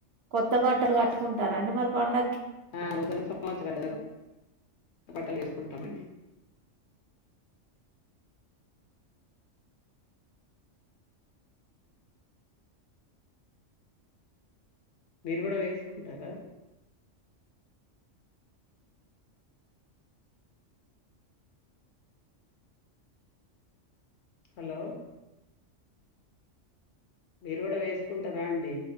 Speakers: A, on the right; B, on the left.
A: కొత్తపాట్ పట్టలు కట్టుకుంటార అండి మరి పండ
B: హా ఒకటో సంవత్సరం బట్టలు వేసుకుంటమండి మీరు కుడా వేసుకుంటారా హలో మీరు కూడా వేసుకుంటారండి